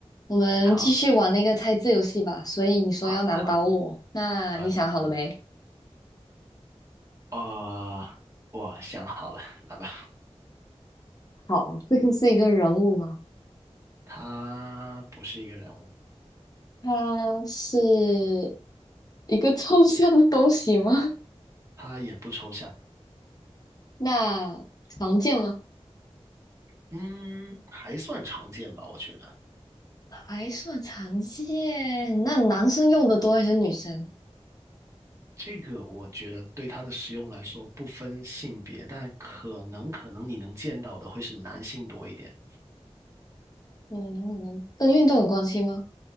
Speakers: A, on the left (about 35°); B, on the right (about 25°).
A: 我们继续玩那个猜字游戏吧。
B: 好，
A: 所以你说要难倒我，
B: 好的，好的，
A: 那你想好了没？
B: 我要你好你。哦，我想好了，来吧。
A: 好，这个是一个人物吗？
B: 他不是一个人物，
A: 它是一个抽象的东西吗？
B: 他也不抽象，
A: <laughs> 那常见吗？
B: 嗯，还算常见吧，我觉得。
A: 还算常见。那男生用的多还是女生？
B: 这个我觉得对他的使用来说不分性别，但可能可能你能见到的会是男性多一点，
A: 我能不能跟运动有关系吗？